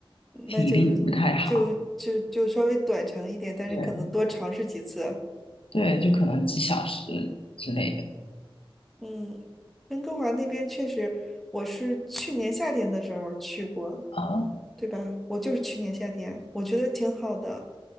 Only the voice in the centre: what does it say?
那就
就就就稍微短程一点，但是可能多尝试几次。
嗯，温哥华那边确实，我是去年夏天的时候去过，
对吧？我就是去年夏天，我觉得挺好的。